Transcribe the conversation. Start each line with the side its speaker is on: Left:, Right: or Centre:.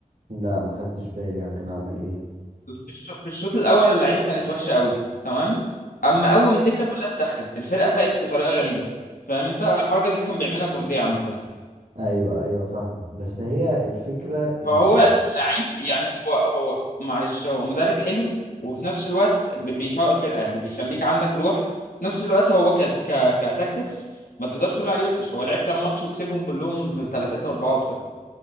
Right: لا ما خدتش بالي يعني كان عمل ايه
Left: في الش- في الشوط الاول اللعيبه كانت وحشه قوي تمام اما اول ما الدكه كلها مسخن الفرقه فاقت بطريقه غريبه فاهم انت الحركه دي اللي كان بيعملها جوزيه عامه
Right: ايوه ايوه فاهمك بس هي الفكره ان
Left: فهو لعيب يعني هو هو معلش هو مدرب حلو وفي نفس الوقت ب- بيفوق الفرقه يعني بيخليك عندك روح في نفس الوقت هو ك ك كتاكتكس ما تقدرش تقول عليه وحش هو لعب كام ماتش وكسبهم كلهم بثلاثات واربعات فاهم